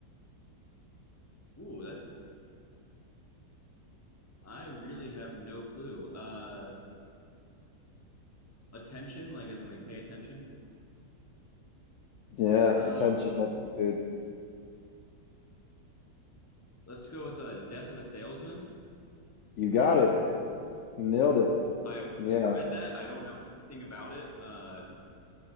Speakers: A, on the left; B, on the left.
A: ooh, that's I really have no clue. Uh, attention, like as in like pay attention.
B: yeah.
A: Uh,
B: Attention must be paid.
A: let's go with uh, Death of a Salesman.
B: You got it. Nailed it.
A: I
B: Yeah.
A: read that. I don't know anything about it. Uh,